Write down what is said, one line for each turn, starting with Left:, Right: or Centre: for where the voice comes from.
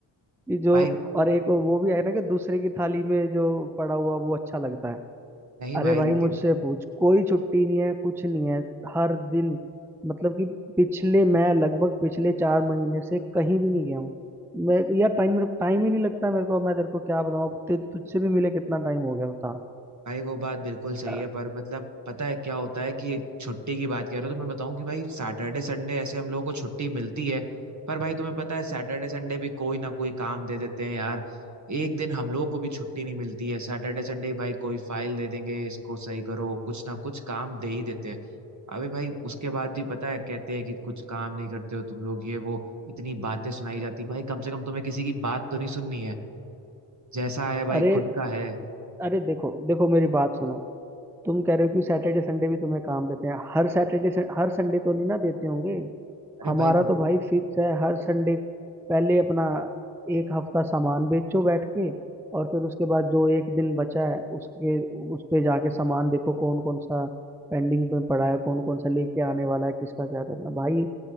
Centre: कि जो
Right: भाई
Centre: और एक वो भी है ना कि दूसरे की थाली में जो पड़ा हुआ वो अच्छा लगता है
Right: नहीं
Centre: अरे
Right: भाई
Centre: भाई
Right: लेकिन
Centre: मुझसे पूछ कोई छुट्टी नहीं है कुछ नहीं है हर दिन मतलब कि पिछले मैं लगभग पिछले चार महीने से कहीं भी नहीं गया हूँ मैं यार टाइम टाइम ही नहीं लगता मेरे को मैं तेरे को क्या बताऊँ अब ते- तुझसे भी मिले कितना टाइम हो गया बता
Right: भाई वो बात बिल्कुल सही
Centre: अ-
Right: है पर मतलब पता है क्या होता है कि छुट्टी की बात कर रहे हो तो मैं बताऊं कि भाई सैटरडे संडे ऐसे हम लोगों को छुट्टी मिलती है पर भाई तुम्हें पता है सैटरडे संडे भी कोई ना कोई काम दे देते हैं यार एक दिन हम लोगों को भी छुट्टी नहीं मिलती है सैटरडे संडे ही भाई कोई फाइल दे देंगे इसको सही करो कुछ ना कुछ काम दे ही देते हैं अबे भाई उसके बाद भी पता है कहते हैं कि कुछ काम नहीं करते हो तुम लोग ये वो इतनी बातें सुनाई जाती भाई कम से कम तुम्हें किसी की बात तो नहीं सुननी है जैसा है भाई
Centre: अरे
Right: खुद का है
Centre: अरे देखो देखो मेरी बात सुनो तुम कह रहे हो कि सैटरडे संडे भी तुम्हें काम देते हैं हर सैटरडे हर संडे तो नहीं ना देते होंगे
Right: अरे
Centre: हमारा
Right: भाई
Centre: तो भाई फिक्स है हर संडे पहले अपना एक हफ्ता सामान बेचो बैठ के और फिर उसके बाद जो एक दिन बचा है उसके उस पे जाके सामान देखो कौन कौन सा पेंडिंग में पड़ा है कौन कौन सा लेके आने वाला है किसका क्या करना भाई